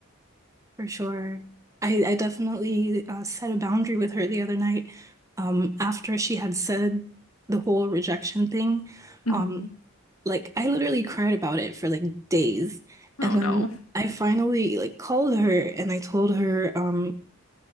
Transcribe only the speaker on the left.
hmm
Oh,
no.